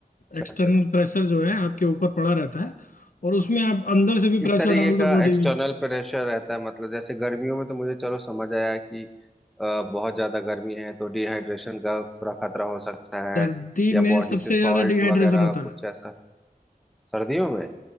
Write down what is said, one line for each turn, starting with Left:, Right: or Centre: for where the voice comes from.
Centre: अच्छा
Left: एक्सटर्नल
Centre: अच्छा
Left: प्रेशर जो है आपके ऊपर पड़ा रहता है और उसमें आप अंदर से भी
Centre: किस
Left: प्रेशर
Centre: तरीके
Left: डाल
Centre: का
Left: दो बॉडी
Centre: एक्सटर्नल
Left: में
Centre: प्रेशर रहता है मतलब जैसे गर्मियों में तो मुझे चलो समझ आया कि अ, बहुत ज्यादा गर्मी है तो डिहाइड्रेशन का थोड़ा खतरा हो सकता है
Left: सर्दी
Centre: या
Left: में
Centre: बॉडी
Left: सबसे
Centre: से सॉल्ट
Left: ज्यादा डिहाइड्रेशन
Centre: वगैरह
Left: होता
Centre: कुछ
Left: है
Centre: ऐसा सर्दियों में